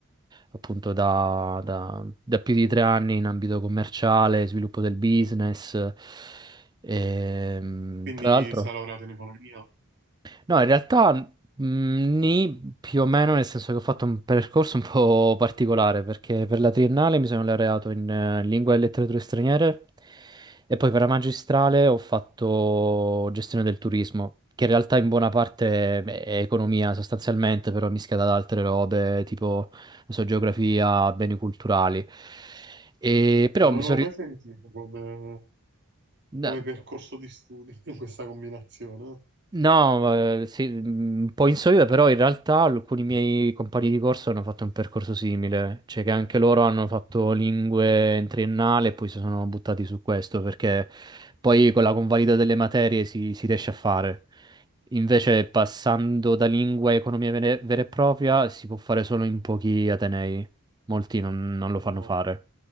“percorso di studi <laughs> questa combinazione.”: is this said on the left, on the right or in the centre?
Right